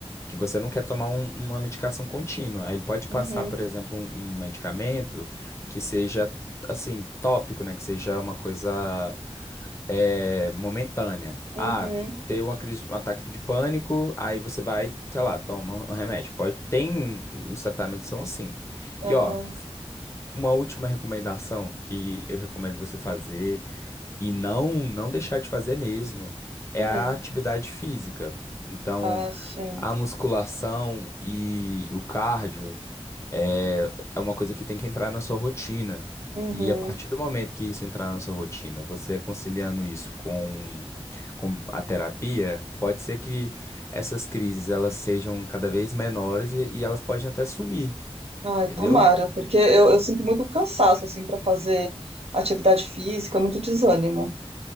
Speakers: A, on the left; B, on the right.
A: que você não quer tomar um- uma medicação contínua. Aí Ele pode
B: Uhum,
A: passar, por exemplo, um, um medicamento que seja assim, tópico, né? Que seja uma coisa é, momentânea.
B: uhum,
A: Ah, deu uma crise, um ataque de pânico, aí você vai, sei lá, toma um remédio. Pode, tem um, uns tratamentos que são assim. E
B: aham,
A: ó, f- uma última recomendação que eu recomendo você fazer e não não deixar de fazer mesmo é
B: hum,
A: a atividade física. Então,
B: ah, sim,
A: a musculação e o cardio é, é uma coisa que tem que entrar na sua rotina.
B: uhum,
A: E a partir do momento que isso entrar na sua rotina, você conciliando isso com, com a terapia, pode ser que essas crises elas sejam cada vez menores e, e elas podem até sumir,
B: ai,
A: entendeu?
B: tomara, porque eu, eu sinto muito cansaço, assim, para fazer atividade física, muito desânimo,